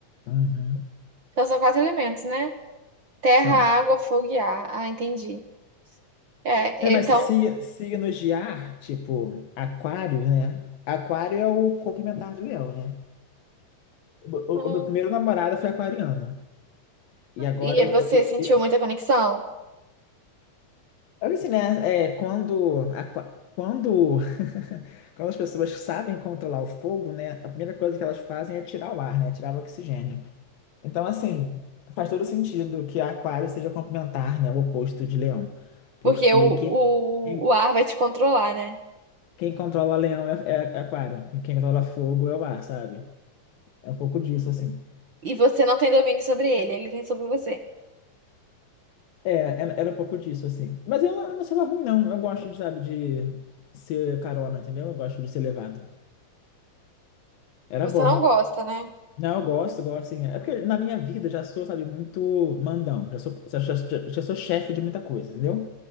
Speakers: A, on the left; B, on the right.
A: Uhum,
B: Então são quatro elementos, né? Terra,
A: são.
B: água, fogo e ar. Ah, entendi. É,
A: É, Mas
B: então.
A: sig- signos de ar, tipo aquário, né? Aquário é o complementar de leão, né? O,
B: hum,
A: o meu primeiro namorado foi aquariano. E agora,
B: e
A: eu,
B: você
A: eu,
B: sentiu
A: eu-
B: muita conexão?
A: eu- assim, né? É, quando, aqua- quando, <laughs> quando as pessoas sabem controlar o fogo, né? A primeira coisa que elas fazem é tirar o ar, né? Tirar o oxigênio. Então, assim, faz todo sentido que a aquário seja complementar, né? O oposto de leão. Porque
B: Porque o,
A: quem,
B: o,
A: quem,
B: o ar vai te controlar, né?
A: quem controla leão é, é aquário. E quem controla fogo é o ar, sabe? É um pouco disso, assim.
B: E você não tem domínio sobre ele, ele tem sobre você.
A: É, era era um pouco disso, assim. Mas eu não não achava ruim, não. Eu gosto, de, sabe, de ser carona, entendeu? Eu gosto de ser levado. Era
B: Você
A: bom.
B: não gosta, né?
A: Não, eu gosto, gosto, sim. É porque na minha vida já sou, sabe, muito mandão. Já sou, já, já, já já sou chefe de muita coisa, entendeu?